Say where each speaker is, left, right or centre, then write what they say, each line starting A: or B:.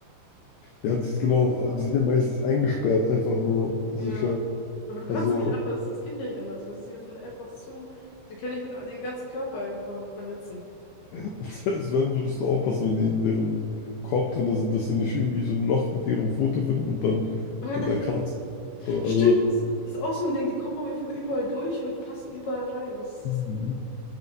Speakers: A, on the left (about 85°); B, on the left (about 65°).
A: Ja, die genau,
B: so einen Kuschelanzug.
A: die sind ja meistens eingesperrt, einfach nur sicher.
B: Ja. Aber du
A: Also,
B: kannst ja nicht anders. Es geht ja nicht anders, weil sie sind einfach zu. Sie können dich mit dem ganzen Körper einfach verletzen.
A: <laughs> selbst wenn, musst du aufpassen, wenn die in deren Korb drin sind, dass sie nicht irgendwie so ein Loch mit ihrem Foto finden und dann
B: <laughs>
A: von da kratzen. So,
B: Stimmt,
A: also,
B: das, das ist auch so ein Ding. Die kommen auch einfach überall durch und passen überall rein. Das ist
A: Mhm.